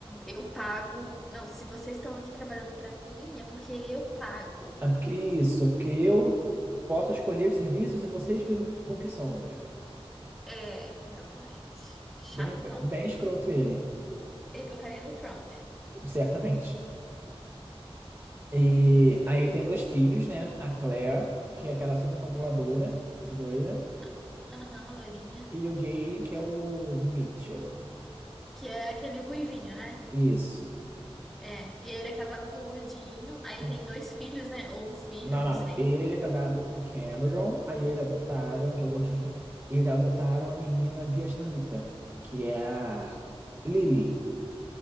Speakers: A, in the centre; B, on the right (about 25°).
A: eu pago. Não, se vocês estão aqui trabalhando pra mim, é porque eu pago.
B: É porque é isso, é porque eu posso escolher os serviços e vocês ficam com o que sobra.
A: É, exatamente. Chatão.
B: Bem, bem escroto ele,
A: Ele votaria no Trump.
B: certamente. E aí ele tem dois filhos, né? A Claire, que é aquela super controladora, loira,
A: Ah, Aham, loirinha.
B: e o gay, que é o Mitchell.
A: Que é aquele ruivinho, né?
B: Isso.
A: É. E ele é casado com um gordinho. Aí
B: Com-
A: tem dois filhos, né? Ou um filho,
B: Não,
A: não
B: não.
A: sei.
B: Ele é casado com Cameron, aí eles adotaram, que é o gordinho, eles adotaram a menina vietnamita, que é a Lily.